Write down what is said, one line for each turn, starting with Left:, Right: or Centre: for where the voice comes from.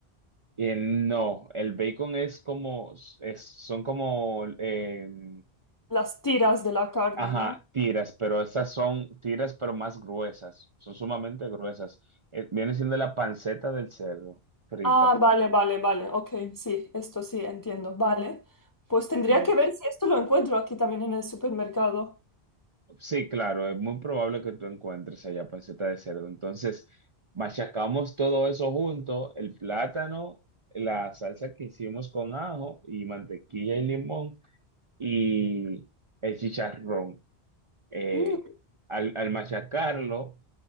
Right: Y no, el bacon es como, es, son como, eh,
Left: las tiras de la carne,
Right: ajá,
Left: ¿no?
Right: tiras, pero esas son tiras, pero más gruesas, son sumamente gruesas. Eh, viene siendo la panceta del cerdo, frita,
Left: Ah, vale, vale, vale. Ok, sí, esto sí, entiendo. Vale. Pues tendría
Right: sí.
Left: que ver si esto lo encuentro aquí también en el supermercado.
Right: Sí, claro, es muy probable que tú encuentres allá panceta de cerdo. Entonces, machacamos todo eso junto, el plátano, la salsa que hicimos con ajo y mantequilla y limón y el chicharrón. Eh,
Left: Mm,
Right: al, al machacarlo,